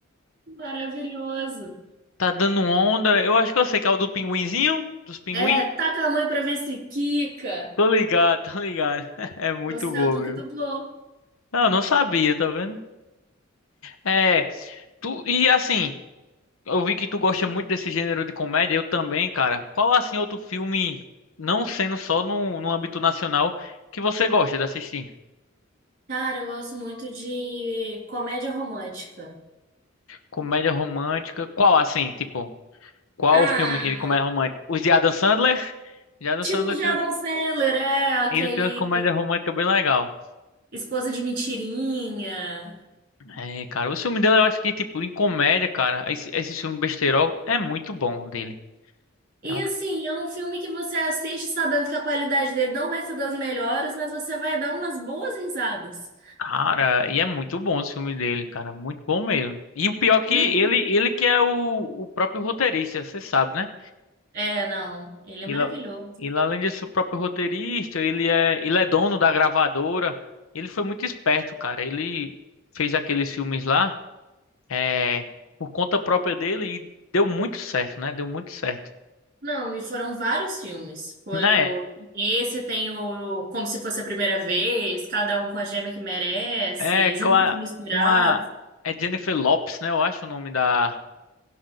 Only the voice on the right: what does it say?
Maravilhoso.
É, Taca a mãe pra ver se quica.
É o Selton
que dublou.
Cara, eu gosto muito de comédia romântica.
Ah,
tipo
de Adam Sandler, é aquele
Esposa de Mentirinha.
E
assim, é um filme que você assiste sabendo que a qualidade dele não vai ser das melhores, mas você vai dar umas boas risadas.
Hum?
É, não, ele
é maravilhoso.
Não, e foram vários filmes. Foi
o esse tem o Como se fosse a primeira vez, Cada um com a gêmea que merece,
Juntos
Misturados,